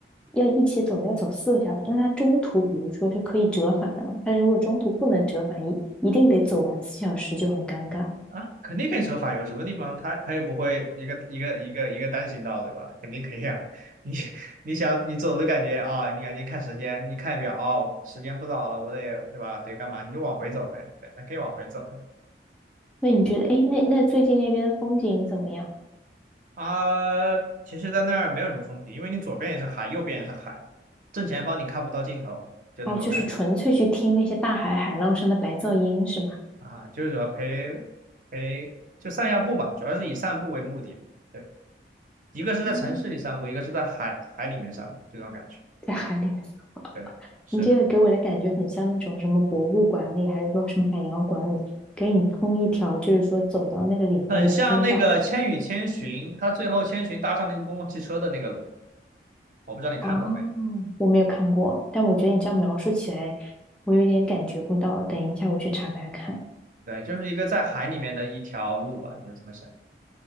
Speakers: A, in the centre; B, on the right.
A: 要一起走，要走四个小时，那他中途比如说是可以折返的嘛？他如果中途不能折返，一一定得走完四小时就很尴尬。
B: 啊，肯定可以折返，有什么地方它它又不会一个一个一个一个单行道，对吧？肯定可以啊。<laughs> 你你想你走的感觉啊、你感觉看时间，你看表，哦，时间不早了，我得对吧？得干嘛？你就往回走呗，对，那可以往回走的
A: 那你觉得，哎，那那最近那边的风景怎么样？
B: 啊。其实，在那儿没有什么风景，因为你左边也是海，右边也是海，正前方你看不到尽头，就那种感觉
A: 哦，就是纯粹去听那些大海海浪声的白噪音是吗？
B: 啊。就是主要陪陪就散下步吧，主要是以散步为目的。对，一个是在城市里散步，
A: 嗯，
B: 一个是在海海里面散步，这种感觉。
A: 在海里面，
B: 对，是的，
A: 你这个给我的感觉很像那种什么博物馆里，还是说什么海洋馆里，给你通一条，就是说走到那个里面的通道。
B: 很像那个《千与千寻》，他最后千寻搭上那个公共汽车的那个路，我不知道你看过没？
A: 哦，我没有看过，但我觉得你这样描述起来，我有点感觉不到。等一下我去查查看。
B: 对，就是一个在海里面的一条路吧，你是怎么想？